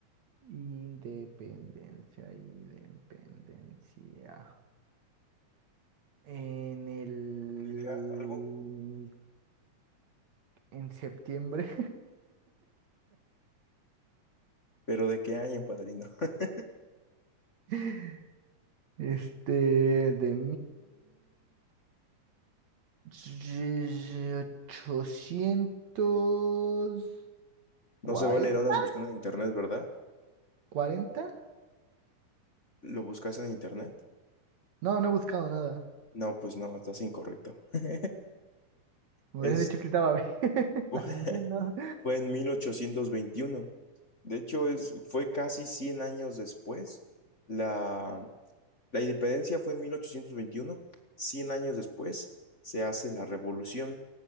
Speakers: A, on the right; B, on the left.
A: Independencia, independencia. En el...
B: ¿Idea? ¿Algo?
A: En septiembre.
B: ¿Pero de qué año, padrino? <laughs>
A: <laughs> Este, de 1840.
B: No se vale, lo
A: cuarenta,
B: andas buscando en internet, ¿verdad?
A: ¿cuarenta?
B: ¿Lo buscas en internet?
A: No, no he buscado nada.
B: No, pues no, estás incorrecto. <laughs>
A: Me
B: Es,
A: hubieras dicho que estaba bien, <laughs>
B: fue
A: al
B: <laughs>
A: menos.
B: fue en 1821. De hecho, es, fue casi 100 años después. La, la independencia fue en 1821. 100 años después se hace la revolución.